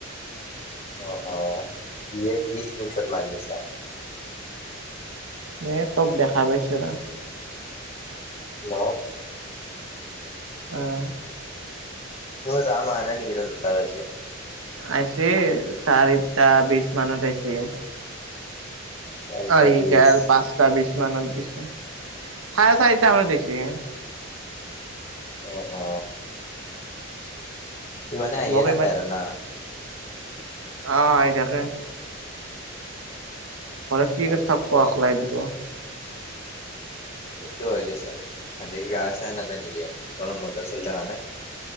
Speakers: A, on the left; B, on the right.
A: অ', অ', কিহে কি স্ক্ৰীণশ্বট মাৰি আছা?
B: এ তোক দেখা পাইছো ৰ
A: নক।
B: আহ।
A: মোৰ ৰাম অহা নাই নেকি লোটাল আজি
B: আহিছে চাৰিটা বিশ মানত আহিছে।
A: চাৰিটা
B: আহি
A: বিশ
B: দাল পাঁচটা বিছ মানত গেছে। চাৰে চাৰিটা মানত আহিছে এ
A: অ অ। ভিমানে আহিয়ে
B: মোক
A: থাকে
B: ইমান
A: আৰু না।
B: অ আহি থাকে। ঘৰত কি
A: চাই
B: কৰি
A: থাকিব
B: থাপপক
A: লাগে
B: ওলাই দিব।
A: সেটো হয় দেচোন সেতে কি গাই চাই নাযায় নেকি গৰম বন্ধ চলি থকা নাই।